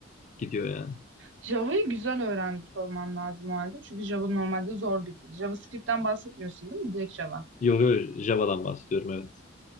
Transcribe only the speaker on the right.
Java'yı güzel öğrenmiş olman lazım o halde. Çünkü Java normalde zor bir dil. JavaScript'ten bahsetmiyorsun değil mi? Direkt Java.